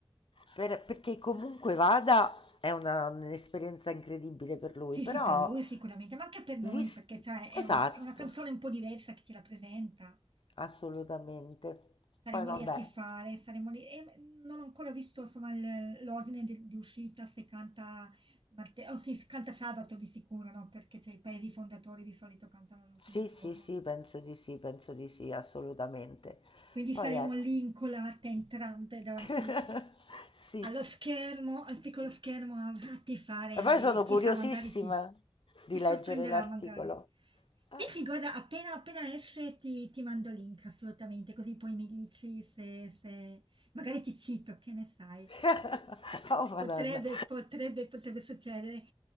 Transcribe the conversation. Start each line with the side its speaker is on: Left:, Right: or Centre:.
Left: Per- perché comunque vada è una- un'esperienza incredibile per lui,
Right: Sì,
Left: però
Right: sì, per lui sicuramente, ma anche per noi,
Left: vis-
Right: perché cioè, è,
Left: esatto,
Right: un- è una canzone un po' diversa che ci rappresenta.
Left: assolutamente.
Right: Saremo
Left: Poi vabbè,
Right: lì a tifare, saremo lì... E non ho ancora visto insomma, il- l'ordine di, di uscita, se canta, marte- oh, sì, se canta sabato di sicuro, no? Perché cioè, i paesi fondatori di solito cantano l'ultimo
Left: sì,
Right: giorno.
Left: sì, sì, penso di sì, penso di sì, assolutamente.
Right: Quindi
Left: Poi
Right: saremo
Left: ecco,
Right: lì incolate, entrambe, davanti
Left: <laughs>
Right: Allo
Left: sì.
Right: schermo al piccolo schermo a ti fare
Left: E poi
Right: vedere,
Left: sono
Right: chissà
Left: curiosissima
Right: magari ti
Left: di
Right: ti sorprenderà
Left: leggere l'articolo.
Right: magari. Sì,
Left: Ah.
Right: sì, guarda, appena appena esce ti ti mando il link assolutamente, così poi mi dici se se magari ti cito, che ne sai.
Left: <laughs> Oh, Madonna.
Right: Potrebbe, potrebbe, potrebbe succedere.